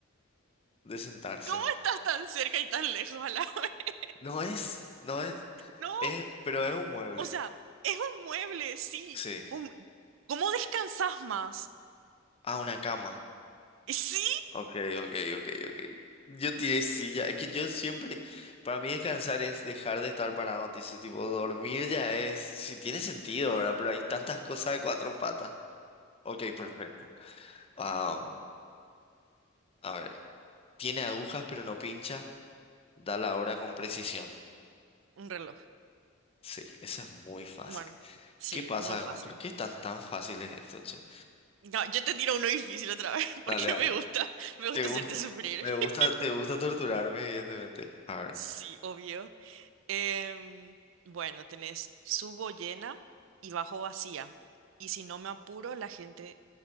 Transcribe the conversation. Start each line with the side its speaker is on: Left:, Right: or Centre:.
Left: de sentarse.
Right: ¿Cómo estás tan cerca y tan lejos a la <laughs> vez?
Left: No es, no es.
Right: No,
Left: Es, pero es un mueble.
Right: o sea, es un mueble, sí.
Left: Sí.
Right: Un- ¿Cómo descansas más?
Left: Ah, una cama.
Right: Y Sí,
Left: Ok, ok, ok, ok. Yo tiré silla. Es que yo siempre, para mí descansar es dejar de estar parado. Dice, tipo, dormir ya es, si tiene sentido, ¿verdad? Pero hay tantas cosas de cuatro patas. Ok, perfecto. Ah, a ver, tiene agujas pero no pincha. Da la hora con precisión.
Right: un reloj.
Left: Sí, esa es muy fácil.
Right: Bueno, sí,
Left: ¿Qué pasa?
Right: muy fácil.
Left: ¿Por qué están tan fáciles esto, che?
Right: No, yo te tiro uno difícil otra vez <laughs> porque
Left: Dale, dale.
Right: me gusta, me gusta
Left: Te gusta,
Right: hacerte sufrir.
Left: me
Right: <laughs>
Left: gusta, te gusta torturarme, evidentemente. A ver,
Right: Sí, obvio. Em, bueno, tenés subo llena y bajo vacía. Y si no me apuro, la gente...